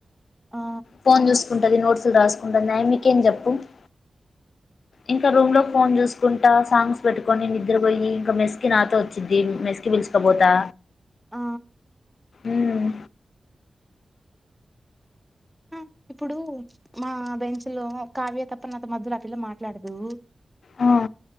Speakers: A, in the centre; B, on the left.
A: ఆ
B: ఫోన్ చూసుకుంటది, నోట్స్‌లు రాసుకుంటది. అయ్యమీకేం చెప్పు ఉప్. ఇంకా రూమ్‌లో ఫోన్ చూసుకుంటా, సాంగ్స్ వింటా. పెట్టుకొని నిద్రపోయి, ఇంక మెస్కి నాతో వచ్చింది, మెస్కి పిల్స్. తం బోతా
A: ఆ
B: ఉమ్
A: ఆ ఇప్పుడూ. మా బెంచ్‌లో కావ్య తప్ప నాతో మధ్యలో ఆ పిల్ల మాట్లాడదు.
B: ఆ